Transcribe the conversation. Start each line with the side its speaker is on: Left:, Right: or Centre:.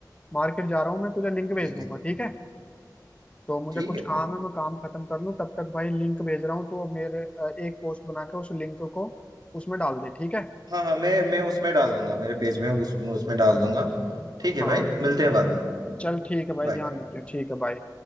Left: मार्केट जा रहा हूँ मैं तुझे लिंक भेज
Right: ठीक
Left: दूंगा
Right: है
Left: ठीक है तो मुझे
Right: ठीक
Left: कुछ
Right: है
Left: काम है मैं काम खत्म कर लूँ तब तक भाई लिंक भेज रहा हूँ तो मेरे अ, एक पोस्ट बना के उस लिंक को उसमें डाल दे ठीक है
Right: हाँ हाँ मैं मैं उसमें डाल दूंगा मेरे पेज में उस उसमें डाल दूंगा ठीक है
Left: हाँ
Right: भाई मिलते हैं बाद में
Left: चल ठीक है भाई
Right: बाय
Left: ध्यान रखियो ठीक है बाय